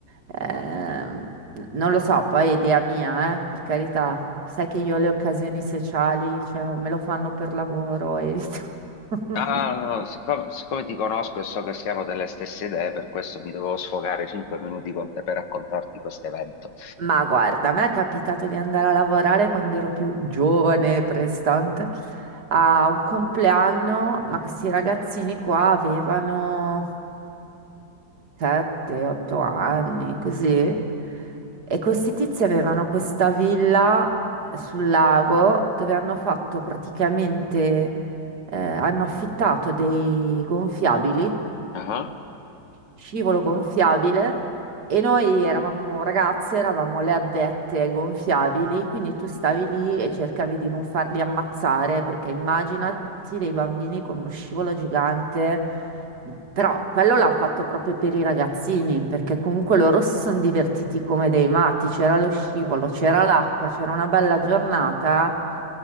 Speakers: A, on the right; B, on the left.
A: ehm, non lo so, poi è idea mia, eh, per carità. Sai che io le occasioni sociali, cioè, o me lo fanno per lavoro, evito. <laughs>
B: Ah, no, siccome, siccome ti conosco e so che siamo delle stesse idee, per questo mi dovevo sfogare cinque minuti con te per raccontarti questo evento.
A: Ma guarda, a me è capitato di andare a lavorare quando ero più giovane e prestante a un compleanno, ma questi ragazzini qua avevano 7-8 anni, così. E questi tizi avevano questa villa sul lago dove hanno fatto praticamente, eh, hanno affittato dei gonfiabili
B: Ah,
A: scivolo gonfiabile e noi eravamo ragazze, eravamo le addette ai gonfiabili, quindi tu stavi lì e cercavi di non farli ammazzare, perché immaginati dei bambini con uno scivolo gigante però quello l'hanno fatto proprio per i ragazzini, perché comunque loro si sono divertiti come dei matti, c'era lo scivolo, c'era l'acqua, c'era una bella giornata